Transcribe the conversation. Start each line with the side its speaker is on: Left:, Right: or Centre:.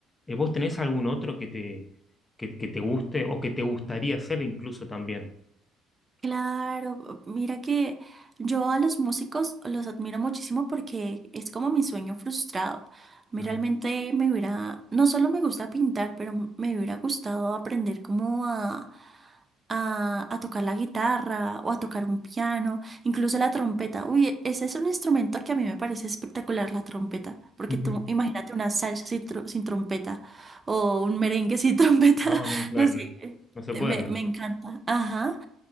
Left: Eh, ¿vos tenés algún otro que te, que, que te guste o que te gustaría hacer incluso también?
Right: Claro, mira que yo a los músicos los admiro muchísimo porque es como mi sueño frustrado. A mí
Left: Ah.
Right: realmente me hubiera, no solo me gusta pintar, pero me hubiera gustado aprender como a, a, a tocar la guitarra o a tocar un piano, incluso la trompeta. Uy, ese es un instrumento que a mí me parece espectacular, la trompeta, porque
Left: Ujú.
Right: tú imagínate una salsa sin, tro- sin trompeta o un merengue sin <laughs> trompeta,
Left: No, no, claro.
Right: no sé,
Left: No se puede.
Right: me, me encanta. Ajá.